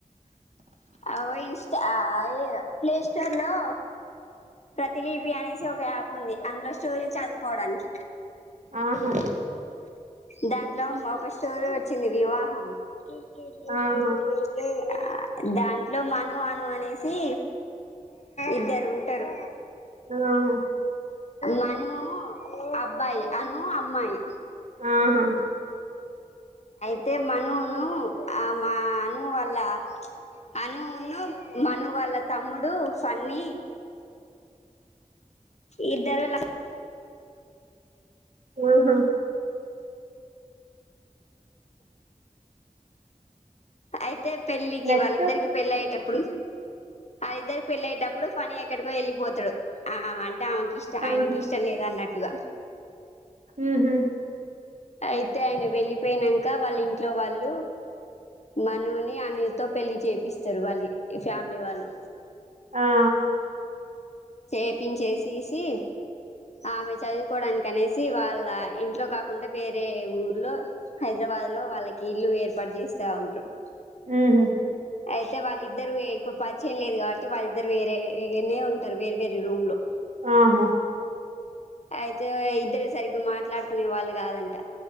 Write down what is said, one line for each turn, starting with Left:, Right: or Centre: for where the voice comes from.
Left: అ ఇన్స్టా ఏ ప్లే స్టోర్ లో ప్రతి లిపి అనేసి ఒక యాప్ ఉంది అందులో స్టోరీ చదువుకోవడానికి
Right: ఆహా
Left: దాంట్లో ఒక స్టోరీ వచ్చింది వివాహం గి
Right: ఆహా
Left: చేతే దాంట్లో మను అను అనేసి ఇద్దరు ఉంట టరు
Right: ఆహా
Left: మను అబ్బాయి అను అమ్మాయి
Right: ఆహా
Left: అయితే మనువును ఆ మా అను వల్ల అనువును మను వల్ల తమ్ముడు ఫన్నీ ఇద్దరు
Right: ఆహ
Left: అయితే పెళ్ళికి
Right: నెక్స్ట్
Left: ఇ వాళ్ళ ఇద్దరికి పెళ్ళి అయ్యేటప్పుడు అది ఇద్దరి పెళ్లియ్యేప్పుడు ఫనీ ఎక్కడికో వెళ్ళిపోతుంది అంటే ఇష్ట
Right: ఆహా
Left: ఆయనకి ఇష్టం లేదు అన్నట్టు ఇదా
Right: ఊ హ్మ్
Left: అయితే ఆయన వెళ్లిపోనాక వాళ్ళ ఇంట్లో వాళ్ళు మనుని అని తో పెళ్లి చేపిస్తారు వాళ్ళ ఫ్యామిలీ వాళ్ళు
Right: ఆ
Left: చేపించేసేసి ఆమె చదువుకోవడానికి అనేసి వాళ్ళ ఇంట్లో కాకుండా వేరే ఊర్లో హైదరాబాద్ లో వాళ్ళకి ఇల్లు ఏర్పాటు చేస్తా ఉంటారు
Right: హ్మ్
Left: అయితే వాళ్ళిద్దరు ఎక్కువ పరిచయం లేదు కాబట్టి వాళ్ళిద్దరు వేరే ఉ వేర్ వేరె రూమ్ లో
Right: ఆహో
Left: అయితే ఇద్దరు సరిగ్గా మాట్లాడుకునే వాళ్ళు కాదంట